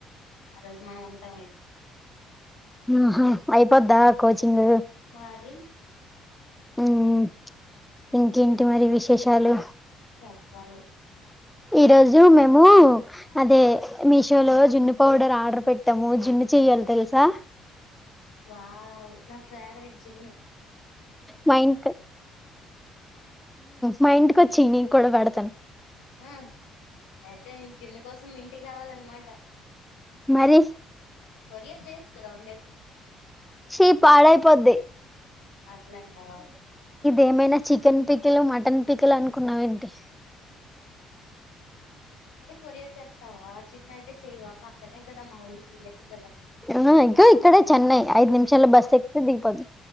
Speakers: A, on the left; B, in the centre.
A: ఆ రోజు మనం ఉంటాం ఏంటి.
B: ఆహా అయిపోద్దా కోచింగ్
A: మరి.
B: ఉమ్ ఇంకేంటి మరి విశేషాలు.
A: చెప్పలి.
B: ఈ రోజు మేము అదే మీషో లో జున్ను పౌడర్ ఆర్డర్ పెట్టాము జున్ను చెయాలి. తెలుసా.
A: వావ్ నా ఫేవరెట్ జున్ను.
B: మా ఇంటికి మా ఇంటికోచేయి నీ కూడా పెడతాను.
A: ఆ అయితే జున్ను కోసం మీ ఇంటికి రావాలన్నమాట.
B: మరి.
A: కొరియర్ చేయొచ్చు కదా ఉండేసి.
B: చీ పాడైపొది.
A: అట్లాంటవా.
B: ఏమైనా చికెన్ పికిల్ మటన్ పికిల్ అనుకున్నావ ఏంటి.
A: కొరియ చేస్తావా చిన్నయితే చేయవా పక్కనే కదా మా ఊరు చెయొచ్చు కదా.
B: ఆ ఇంకా ఇక్కడ చెన్నై ఐదు నిమిషాలు బస్ ఎక్కితే దిగిపోతవ.